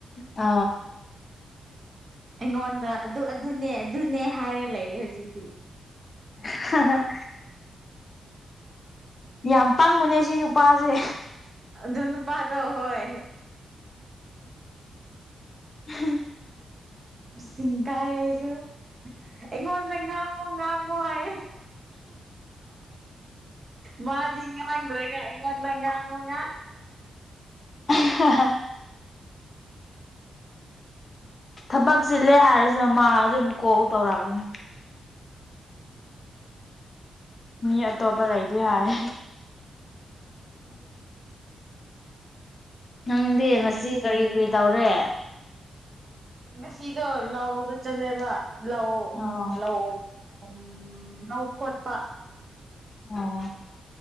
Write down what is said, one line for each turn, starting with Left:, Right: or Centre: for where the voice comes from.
Left: ꯑ
Right: ꯑꯩꯉꯣꯟꯗ ꯑꯗꯨ ꯑꯗꯨꯅꯦ ꯑꯗꯨꯅꯦ ꯍꯥꯏꯔ ꯂꯩꯔꯦ ꯍꯧꯖꯤꯛꯇꯤ
Left: ꯑ ꯌꯥꯝ ꯄꯥꯡꯕꯨꯅꯦ ꯁꯤ ꯅꯨꯄꯥꯁꯦ
Right: ꯑ ꯑꯗꯨꯟ ꯄꯥꯗ ꯍꯣꯏ
Left: ꯎ
Right: ꯆꯤꯡ ꯀꯥꯏ ꯑꯩꯁꯨ ꯑꯩꯉꯣꯟꯗ ꯉꯥꯡꯉꯣ ꯉꯥꯡꯉꯣ ꯍꯥꯏꯌꯦ ꯃꯥꯗꯤ ꯉꯥꯡꯗ꯭ꯔꯒ ꯑꯩꯉꯣꯟꯗ ꯉꯥꯡꯉꯨ ꯉꯥ
Left: ꯍ ꯍ ꯊꯕꯛ ꯆꯤꯜꯂꯦ ꯍꯥꯏꯔꯤꯁꯤꯅ ꯃꯥ ꯑꯗꯨꯝ ꯀꯣꯜ ꯇꯧꯔꯛꯑꯒꯅꯤ ꯃꯤ ꯑꯇꯣꯞꯄ ꯂꯩꯗꯤ ꯍꯥꯏ
Right: ꯎꯝ
Left: ꯅꯪꯗꯤ ꯉꯁꯤ ꯀꯔꯤ ꯀꯔꯤ ꯇꯧꯔꯦ
Right: ꯉꯁꯤꯒꯣ ꯂꯥꯎꯗ ꯆꯠꯂꯦꯕ ꯂꯧ ꯎꯝ
Left: ꯑꯣ
Right: ꯂꯧ ꯎꯝ ꯂꯧ ꯈꯣꯠꯄ
Left: ꯑꯣ